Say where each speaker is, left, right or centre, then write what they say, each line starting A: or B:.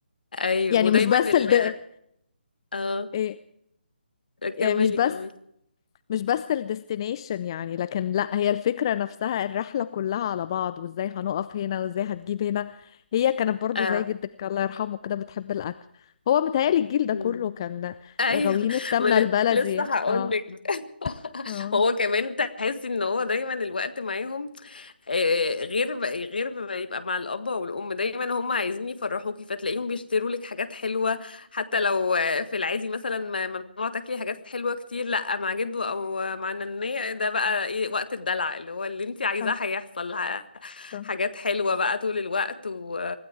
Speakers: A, on the left; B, on the left.
A: أيوه
B: يعني
A: ودايما
B: مش بس
A: ال
B: الد...
A: اه
B: إيه يعني
A: كملي
B: مش بس
A: كملي
B: مش بس الديستنيشن يعني لكن لا هي الفكرة نفسها الرحلة كلها على بعض وازاي هنقف هنا وازاي هتجيب هنا هي كانت برضو
A: آه.
B: زي جدك الله يرحمه كده بتحب الأكل هو متهيألي الجيل ده
A: مم.
B: كله كان
A: ايوه
B: غاويين السمنة
A: <laughs> ما ل-
B: البلدي
A: لسه هقول
B: اه
A: لك <laughs>
B: اه
A: هو كمان تحس ان هو دايما الوقت معاهم آه، غير ب- غير ما يبقى مع الاب والام دايما هم عايزين يفرحوكي فتلاقيهم بيشتروا لك حاجات حلوه حتى لو آه، في العادي مثلا ما- ممنوع تاكلي حاجات حلوه كتير لا مع جدو او مع ننيه ده بقى إيه، وقت الدلع اللي هو اللي انت عايزاه
B: صح
A: هيحصل ح-
B: صح
A: حاجات حلوه بقى طول الوقت و...